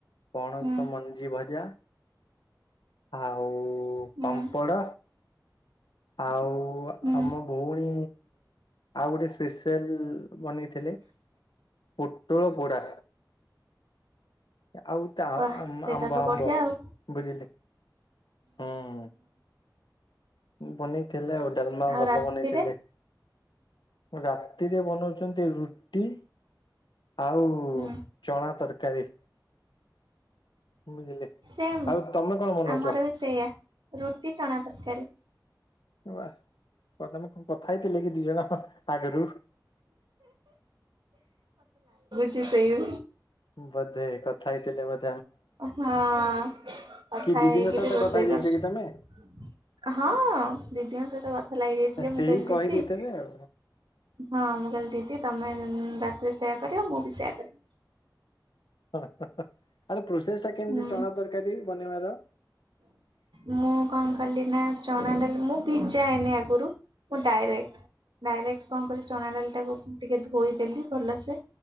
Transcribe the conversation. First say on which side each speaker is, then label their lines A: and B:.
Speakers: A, on the left; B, on the right.
A: ପଣସ
B: ହୁଁ
A: ମଞ୍ଜି ଭଜା ହଉ।
B: ହୁଁ
A: ପାମ୍ପଡ଼ ଆଉ
B: ହୁଁ
A: ଆମ ଭଉଣୀ ଆଉ ଗୋଟେ ସ୍ପେେଶାଲ ବନେଇଥିଲେ ପୋଟଳ ପୋଡ଼ା ଆଉ ତ
B: ୱା ସେଇଟା
A: ଆମ୍ବ
B: ତ ବଢିଆ
A: ଆମ୍ବ
B: ଆଉ
A: ବୁଝିଲି ହୁଁ। ବନେଇଥିଲେ ଆଉ ଡାଲମା
B: ଆଉ
A: ଭଲ
B: ରାତିରେ
A: ବନେଇଥିଲେ। ରାତିରେ ବନଉଛନ୍ତି। ରୁଟି ଆଉ
B: ହୁଁ
A: ଚଣା ତରକାରୀ ବୁଝିଲେ
B: ସେମ
A: ଆଉ ତମେ କଣ ବନଉଛ?
B: ଆମର ବି ସେଇୟଆ ରୁଟି ଚଣା ତରକାରୀ
A: ବା <inaudible> ତମେ କଣ କଥା ହେଇଥିଲେ କି ଦିଇ ଜଣଙ୍କ ଆଗରୁ
B: ଛି ସେଇ
A: ବଧେ କଥା ହେଇ ଥିଲେ ବ <inaudible>
B: ହଁ କଥା
A: କି ଦିଦିଙ୍କ
B: ହେଇକିରି
A: ସହିତ
B: ରୋଷେଇ
A: କଥା ହେଇଯାଇଛ
B: କର
A: କି ତମେ
B: ହଁ ଦିଦିଙ୍କ ସହିତ କଥା ଲାଗିଯାଇଥିଲେ
A: ସେଇ
B: ମୁଁ କହିଲି
A: କହିଦେଇଥିବେ
B: ଦିଦି
A: ଆଉ।
B: ହଁ ମୁଁ କହିଲି ଦିଦି ତମେ ରାତିରେ ସେୟା କରେ ଆଉ ମୁଁ ବି ସେୟା କରରେି <unintelligible>
A: ଆରେ ସେଟା କେମିତି
B: ହୁଁ
A: ଚଣା ତରକାରୀ ଧନ୍ୟବାଦ।
B: ମୁଁ କଣ କଲି ନା ଚଣା ଡାଲି ମୁଁ ଭିଜାଏନି ଆଗରୁ ମୁଁ ଡାଇରେକ୍ଟ ଡାଇରେକ୍ଟ କଣ କଲି ଚଣା ଡାଲି ଟାକୁ ଟିକେ ଧୋଇଦେଲି ଭଲସେ